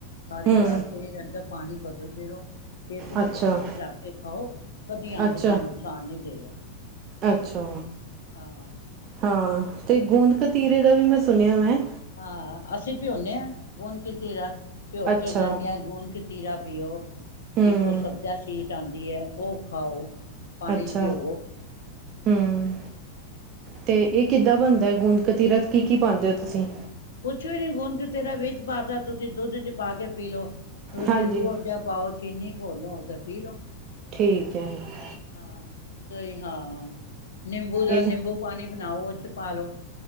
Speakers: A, on the left (about 65°); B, on the right (about 35°).
A: ਸਾਰੀ
B: ਹੂੰ
A: ਰਾਤ ਪੇ ਰਹੇਦੋ ਪਾਨੀ ਬਦਲਦੇ ਰਹੋ, ਜੇ ਤੁਸੀਂ
B: ਅੱਛਾ
A: ਫਰਿੱਜ ਚ ਰੱਖਕੇ ਖਾਓ ਕਦੀ ਅੰਬ
B: ਅੱਛਾ
A: ਤੁਹਾਨੂੰ ਸ਼ੂਨ ਨੀ ਦੇਗਾ।
B: ਅੱਛਾ।
A: ਹਾਂ।
B: ਹਾਂ ਤੇ ਗੂੰਦ ਕਤੀਰੇ ਦਾ ਵੀ ਮੈਂ ਸੁਨਿਆ ਵੈਂ।
A: ਹਾਂ, ਅਸੀਂ ਭਿਉਂਨੇ ਆ, ਗੁੰਦ ਕਿਤੀਰਾ, ਭਿਂਓ
B: ਅੱਛਾ
A: ਕੇ ਗਰਮੀਆਂ'ਚ ਗੁ ਤੀਰਾ ਪੀਓ,
B: ਹੂੰ
A: ਇੱਕ ਉਹ ਸਬਜ਼ਾ ਸ਼ੀਟ ਆਂਦੀ ਐ, ਉਹ ਖਾਓ। ਪਾਣੀ
B: ਅੱਛਾ,
A: ਚ ਭਿਓ
B: ਹੂੰ ਤੇ ਇਹ ਕਿੱਦਾਂ ਬਣਦਾ ਏ, ਗੂੰਦ ਕਤੀਰਾ ਕੀ-ਕੀ ਪਾਂਦੇ ਓ ਤੁਸੀ?
A: ਕੁਛ ਵੀ ਨੀ ਗੁਣ ਕਤੀਰਾ ਵਿੱਚ ਪਾਤਾ, ਤੁਸੀਂ ਦੁੱਧ'ਚ ਪਾਕੇ ਪੀਲੋ। ਵਿੱਚ
B: ਹਾਂਜੀ
A: ਰੂਹ ਅਫਜਾ ਪਾਓ, ਚੀਨੀ ਘੋਲੋ ਤੇ ਪੀਲੋ।
B: ਠੀਕ ਐ, ਜ
A: ਹਾਂ, ਸਈ ਹਾਂ ਨਿੰਬੂ ਦਾ
B: ਇਹ
A: ਨਿੰਬੂ ਪਾਨੀ ਬਨਾਓ ਉ ਚ ਪਾਾਲੋ